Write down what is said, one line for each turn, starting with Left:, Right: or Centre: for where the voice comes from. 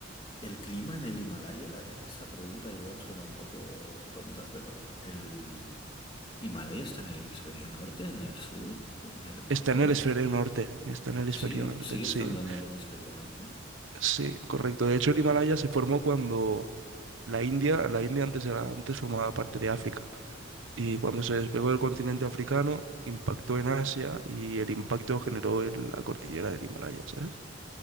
Left: El clima en el Himalaya, e- esta pregunta igual suena un poco tonta, pero ¿el Himalaya está en el hemisferio norte, en el sur, en el Ecuador?
Right: Está en el hemisferio norte, está en el hemisferio
Left: ¿Sí?
Right: norte,
Left: ¿Sigue
Right: sí,
Left: estando en el hemisferio norte?
Right: sí, correcto. De
Left: Vale,
Right: hecho, el
Left: vale.
Right: Himalaya se formó cuando la India, la India antes era- antes formaba parte de África y cuando se despegó del continente africano, impactó en Asia y el impacto generó el- la cordillera del Himalaya, ¿sabes?